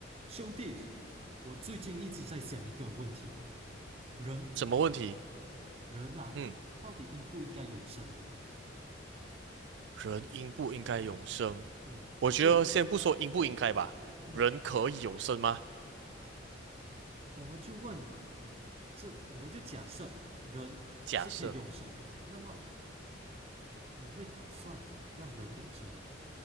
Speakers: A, on the right; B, on the right.
A: 兄弟，我最近一直在想一个问题：人，
B: 什么问题？
A: 人啊，
B: 嗯，
A: 到底应不应该永生啊？
B: 人应不应该永生？
A: 对呀、
B: 我觉得先不说应不应该吧，
A: 你对，嗯，
B: 人可以永生吗？
A: 我们就问，这我们就假设人是可以永生的，
B: 假设
A: 那么你会打算让人永生吗？